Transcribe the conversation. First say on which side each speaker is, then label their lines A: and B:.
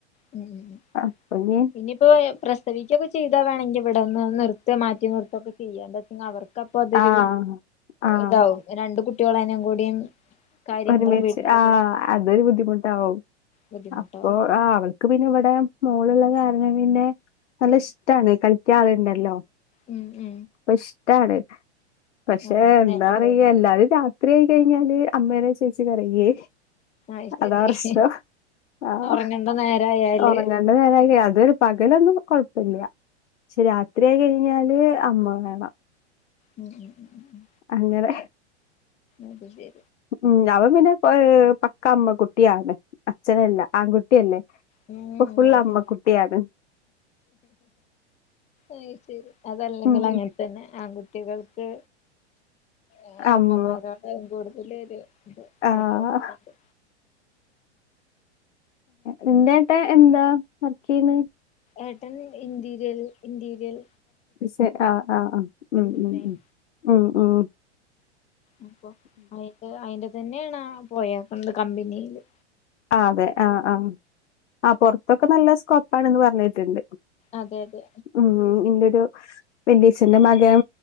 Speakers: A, on the left (about 20°); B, on the left (about 85°).
A: ഉം
B: ആപ്പ ഞ്ഞ്
A: പിന്നയിപ്പോ പ്രസവിക്കൊക്കെ ചെയ്താ വേണെങ്കി ഇവിടെന്ന് നിർതെ മാറ്റി നിർതൊക്കെ ചെയ്യാ എന്തചെയ്ഞ്ഞ അവർക്ക് അപ്പൊ അതൊരു
B: ആഹ് ആഹ്
A: ഇതാവും രണ്ട് കുട്ടികളനേ കൂടിയും കാര്യങ്ങളും
B: ഒരുമിച്ച്
A: വീട്ടിലത്തെ
B: ആ
A: കാര്യം
B: അതൊരു ബുദ്ധിമുട്ടവ്
A: ബുദ്ധിമുട്ടാവും
B: അപ്പൊ ആ അവ ർക്ക് പിന്നെ ഇവിടെ മോളുള്ള കാരണം പിന്നെ നല്ല ഇഷ്ടണ് കളിക്ക ആളുണ്ടല്ലോ
A: ഉം ഉ
B: ഇപ്പ ഇഷ്ടാണ് പക്ഷെ
A: അതെ
B: എന്താ
A: നേരം
B: പറയ
A: പോക്കും
B: എല്ലാവരും ര ത്രീയായി കഴിഞ്ഞാല് അമ്മേനെ ചോയിച്ച് കരയെ
A: അത് ശരി
B: അതാ പ്രശ്നം ആഹ്
A: ഒറങ്ങണ്ട നേരായാല്
B: ഉറങ്ങാൻ <unintelligible> അതരു പകലൊന്നും കൊഴപ്പില്ല പക്ഷെ രാത്രിയയി കഴിഞ്ഞാല് അമ്മവേണം
A: ഉം ഉം ഉം ഉം ഉം
B: അങ്ങനെ
A: അത് ശരി
B: ഉം അവൻ പിന്നെ പ് പക്ക അമ്മ കുട്ടിയാണ് അച്ഛനല്ല ആൺകുട്ടിയല്ലേ
A: ഉം
B: അപ്പൊ ഫുൾ
A: അത്
B: അമ്മക്കുട്ടിയാണ്
A: അയ്ശരി അതല്ലെങ്കിൽ
B: ഉം
A: അങ്ങനെ തന്നെ ആൺകുട്ടികൾക്ക് എ
B: അമ്മ
A: അമ്മമാരോട് കൂടുതല് ഒരു ഇത്
B: ആഹ്
A: അറ്റച്മെന്റ്
B: അന്റെ ആട്ട എന്താ വർക്ക് ചെയുന്നെ
A: ഏട്ടൺ ഇന്റ്റീരിയൽ ഇൻറ്റീരിയൽ
B: ഷ് ആഹ് ആഹ് ആഹ് ഉ
A: ഡിസൈൻ
B: ഉ ഉ ഉ ഉ
A: അപ്പൊ അയിന്റെത് അയിന്റെ തന്നെയാണ് പോയാക്കണത് കമ്പനിയില്
B: ആന് അതെ ആഹ് ആഹ് ആഹ് പോറത്തൊക്കെ നല്ല സ്കോപ്പാണന്ന് പറഞ്ഞിട്ടുണ്ട്
A: അതെ അതെ
B: ഉം ഇന്റെരു വല്യച്ചന്റെ മകൻ